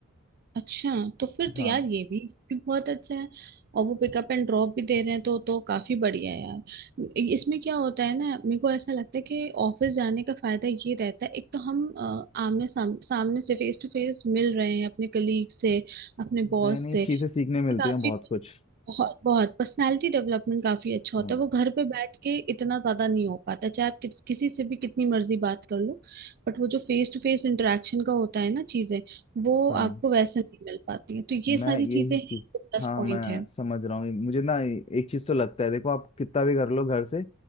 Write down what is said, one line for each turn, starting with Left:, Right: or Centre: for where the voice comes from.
Right: अच्छा तो फिर तो
Left: हाँ
Right: यार ये भी भी बहुत अच्छा है और वो पिकअप एंड ड्रॉप भी दे रहे हैं तो तो काफी बढ़िया है यार इसमें क्या होता है ना मेरे को ऐसा लगता है कि ऑफिस जाने का फायदा ये रहता है एक तो हम अ, आमने साम, सामने से फेस टू फेस मिल रहे हैं अपने कलीग से अपने बॉस
Left: नई नई
Right: से
Left: चीजें सीखने मिलती
Right: काफी
Left: हैं बहुत कुछ
Right: बहुत बहुत पर्सनालिटी डेवलपमेंट काफी अच्छा होता
Left: हम्म,
Right: है वो घर पे बैठ के इतना ज्यादा नहीं हो पाता चाहे आप किस, किसी से भी कितनी मर्जी बात कर लो बट वो जो फेस टू फेस इंटरेक्शन का होता है ना चीजें वो
Left: हाँ
Right: आपको वैसे नहीं मिल पाती है तो
Left: मैं
Right: ये सारी
Left: यही
Right: चीजें हैं
Left: चीज
Right: जो प्लस
Left: हाँ
Right: पॉइंट
Left: मैं
Right: है
Left: समझ रहा हूँ मुझे ना एक चीज तो लगता है देखो आप कितना भी कर लो घर से